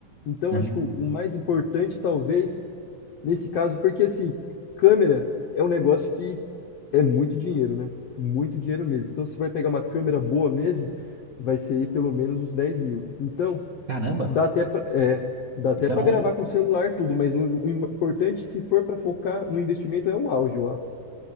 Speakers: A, on the left; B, on the right.
A: Então,
B: Hum,
A: acho que o, o mais importante, talvez, nesse caso, porque assim, câmera é um negócio que é muito dinheiro, né? Muito dinheiro mesmo. Então, se vai pegar uma câmera boa mesmo, vai ser aí pelo menos uns 10 mil. Então,
B: caramba!
A: dá até pra, é, dá até
B: Então.
A: para gravar com celular tudo, mas o, o importante, se for para focar no investimento, é o áudio, eu acho.